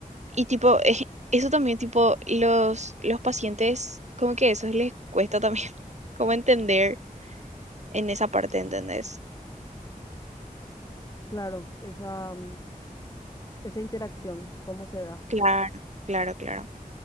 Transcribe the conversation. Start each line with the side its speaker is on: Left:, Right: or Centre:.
Right: Y tipo, eh, eso también, tipo, los, los pacientes, como que eso les cuesta también, <laughs> como entender en esa parte, ¿entendés?
Left: Claro, esa, mm, esa interacción, ¿cómo se da?
Right: Claro, claro, claro.